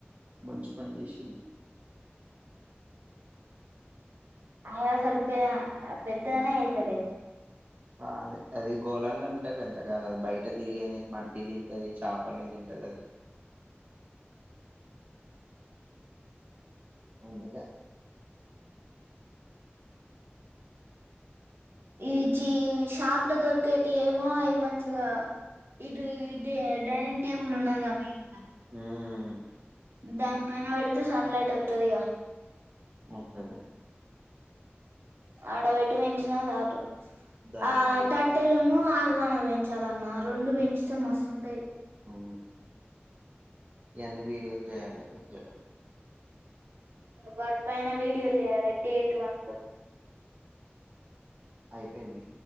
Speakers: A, on the right (about 35°); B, on the right (about 65°).
A: మ పనీషలు
B: ఆ స్వల్ప పెద్దదనే యితలే
A: అదే అది గోలాాల అంటే పెద్ద కద బయట తిరిగేది మట్టి తింటది చేపలని తింటది అది అందుకా
B: ఈ జీ షాప్లో దొరికేటి ఏమో అవి మంచిగా ఇటు డైనింగ్ టేబుల్ ఉన్నదమ్మా ఇంట్లో
A: మ్ మ్
B: దాన్ పైన పెడ్తే సన్లైట్ వత్తదిగా
A: మోత్తది.
B: ఆడబెట్టి పెంచిన చాలు
A: దా
B: ఆ
A: దా ఇటు
B: టట్టెలోను
A: దా
B: ఆ ర్వాణ వేయించాలన్నా రొండు పెంచితేే మస్తుంటయి
A: అవ్ను ఈ యన్ని వీడియోలు చేయాలె పెంచడం.
B: వాటి పైన వీడియోలు చేయాలె డేటు అనుకుంటే
A: అయిపోయింది.